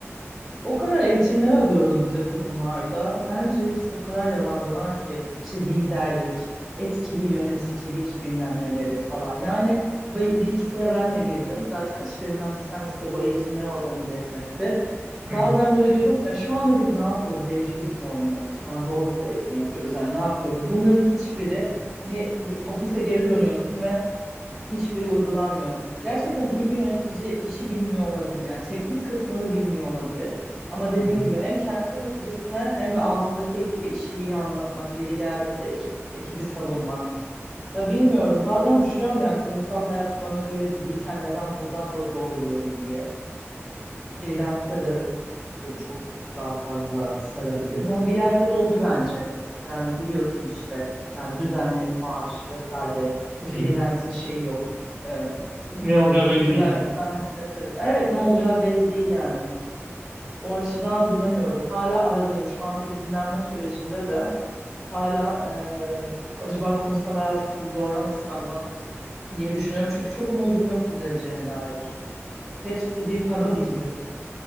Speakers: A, in the centre; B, on the right.
A: O kadar eğitimler alıyoruz bir de kurumlarda. Bence hepsi o kadar yalan dolan ki işte liderlik, etkili yöneticilik bilmem neleri falan. Yani bi- bir ikisine ben de girdim. Zaten işlerimden bir tanesi de bu eğitimleri organize etmekti.
B: Hı,
A: Bazen böyle diyordum ki "Ya şu anda biz ne yapıyoruz? Evcilik mi oynuyoruz? Şu an role play mi yapıyoruz? Yani ne yapıyoruz? Bunların hiçbiri ne bir ofise geri dönüyorsun ve Hiçbiri uygulanmıyor. Gerçekten iyi bir yönetici işi bilmiyor olabilir. Yani teknik kısmını bilmiyor olabilir. Ama dediğin
B: hı,
A: gibi hem kendi yöneticisine hem de altındaki ekibe işi iyi anlatmak, yeri geldiğinde ekip, ekibi savunmak. Ya bilmiyorum. Bazen düşünüyorum yani kurumsal hayat bana göre değilken neden buradan da zorluyorum diye. Freelance'de de çok daha fazla sarabilirim ama bir yerde de o güvence. Yani biliyorsun işte yani düzenli maaş vesaire bir freelance'in
B: hı. hı.
A: şeyi yok. Ee,
B: Ne olacağı belli
A: güven,
B: değil.
A: güvenli hissettirir. Evet ne olacağı belli değil yani. O açıdan bilemiyorum. Hala aradayım. Şu anda bu dinlenme sürecinde de hala e, acaba kurumsal hayatı çok zorlamasam mı diye düşünüyorum. Çünkü çok umudum yok düzeleceğine dair. Hepsi bir parodi gibi.